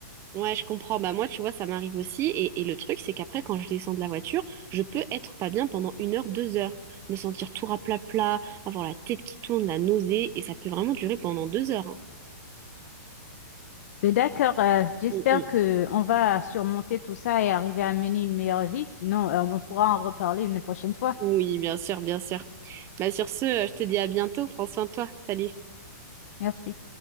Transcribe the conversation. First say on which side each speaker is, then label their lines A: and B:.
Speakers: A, on the right (about 25°); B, on the left (about 55°).
A: Ouais, je comprends. Bah moi, tu vois, ça m'arrive aussi. Et, et le truc, c'est qu'après, quand je descends de la voiture, je peux être pas bien pendant une heure, deux heures, me sentir tout raplapla, avoir la tête qui tourne, la nausée, et ça peut vraiment durer pendant deux heures. hein.
B: Mais d'accord, euh, j'espère
A: Mm, mm.
B: que on va surmonter tout ça et arriver à mener une meilleure vie. Sinon, euh, on pourra en reparler une prochaine fois.
A: Oui, bien sûr, bien sûr. Bah sur ce, euh, je te dis à bientôt. Prends soin de toi. Salut.
B: Merci.